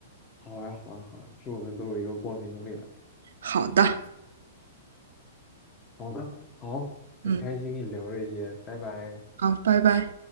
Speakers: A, on the left; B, on the right.
A: 好呀，好呀，好呀，祝我们都有一个光明的未来。
B: 好的，
A: 好的，好，很开心跟你聊这些，
B: 嗯，
A: 拜拜。
B: 好，拜拜。